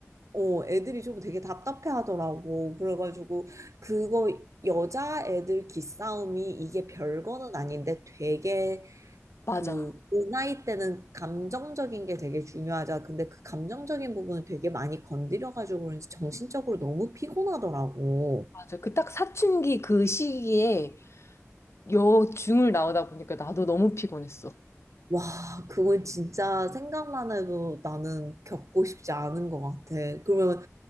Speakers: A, on the right; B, on the left.
A: 어, 애들이 좀 되게 답답해 하더라고. 그래가지고, 그거, 여자 애들 기싸움이 이게 별거는 아닌데 되게
B: 맞아.
A: 그, 그 나이 때는 감정적인 게 되게 중요하자. 근데 그 감정적인 부분을 되게 많이 건드려가지고 그런지 정신적으로 너무 피곤하더라고.
B: 맞아. 그 딱 사춘기 그 시기에 여중을 나오다 보니까 나도 너무 피곤했어.
A: 와, 그건 진짜 생각만 해도 나는 겪고 싶지 않은 것 같아. 그러면